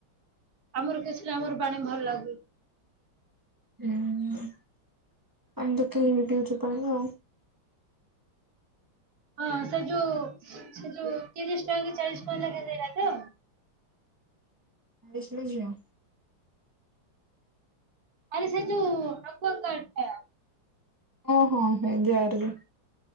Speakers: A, on the right (about 55°); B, on the right (about 25°).
A: ଆମର କିଛି ନା ଆମର ପାଣି ଭଲ ଲାଗୁ।
B: ହୁଁ ହୁଁ ଅଣ୍ଡ <unintelligible> ଦଉଚି ପାଣି।
A: ହଁ ସେ ଯୋଉ ସେ ଯୋଉ ତିରିଶ ଟଙ୍କା କି ଚାଳିଶ ଟଙ୍କା ଲେଖା ସେଇଟା ତ।
B: <unintelligible> ନା ଝିଅ।
A: ଆରେ ସେ ଯୋଉ ଏକ୍ୱାଗାର୍ଡ ଟା।
B: ଓହୋ ହେଇ <unintelligible>